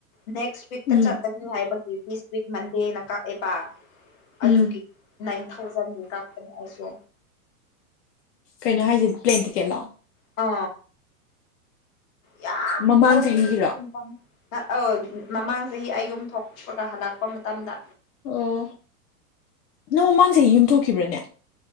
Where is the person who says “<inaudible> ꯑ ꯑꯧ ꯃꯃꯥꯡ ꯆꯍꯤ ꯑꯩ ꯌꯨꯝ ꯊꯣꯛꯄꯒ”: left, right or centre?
Left